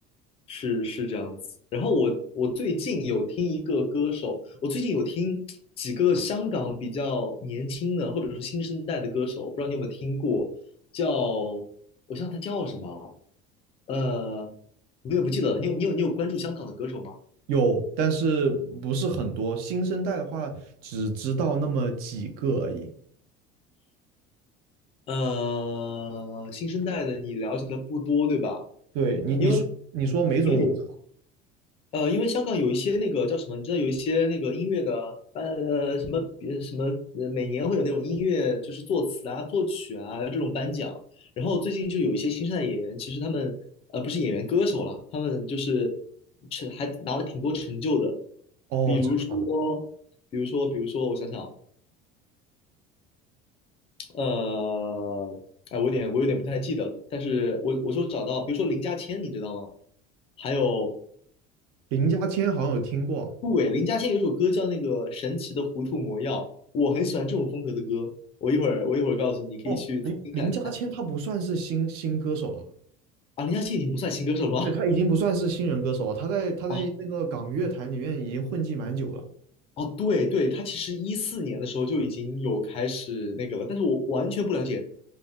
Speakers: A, on the left (about 30°); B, on the right (about 60°).
A: 是是这样子。然后我我最近有听一个歌手，我最近有听几个香港比较年轻的或者说新生代的歌手，不知道你有没有听过，叫我想他叫什么，呃，我也不记得了。你有你有你有关注香港的歌手吗？
B: 有，但是不是很多。新生代的话，只知道那么几个而已。
A: 呃，新生代的你了解的不多，对吧？
B: 对你，你说你说没准我知道。
A: 因为因为有呃，因为香港有一些那个叫什么，你知道有一些那个音乐的呃什么呃什么，呃每年会有那种音乐就是作词啊、作曲啊这种颁奖。然后最近就有一些新生代演员，其实他们呃不是演员歌手了，他们就是成还拿了挺多成就的，
B: 哦，
A: 比如说比如说比如说我想想。
B: 真的吗？
A: 呃，哎，我有点我有点不太记得了，但是我我说找到，比如说林家谦，你知道吗？还有
B: 林家谦好像有听过啊。
A: 杜伟，林家谦有首歌叫那个《神奇的糊涂魔药》，我很喜欢这种风格的歌。我一会儿我一会儿告诉你，你可以去听听看看
B: 哦，林林家谦他不算是新新歌手了。
A: 啊。林家谦已经不算新歌手了吧？
B: 对，他已经不算是新人歌手了，他在他在那个港乐坛里面已经混迹蛮久了。
A: <laughs> 啊哦，对对，他其实一四年的时候就已经有开始那个了，但是我完全不了解